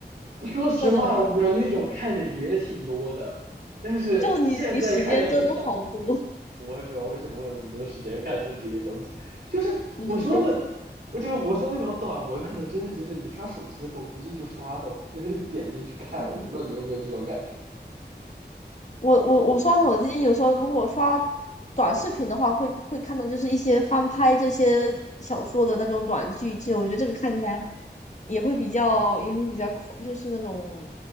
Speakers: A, on the right; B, on the left.
A: <laughs> 说实话，
B: 那种，
A: 我那种看的也挺多的，但是现在看的很少，
B: 就你你时间真的好多，
A: 我也不知道为什么我有那么多时间看这这些东西。就是我说的，
B: <laughs> 你时间
A: 我就我说那种短文，可能真的就是你刷手机的时候，估计就刷到，就是点进去看。
B: 嗯。
A: 我不知道你有没有这种感觉。
B: 我我我刷手机，有时候如果刷短视频的话，会会看到就是一些翻拍这些小说的那种短剧集，我觉得这个看起来也会比较也会比较快，就是那种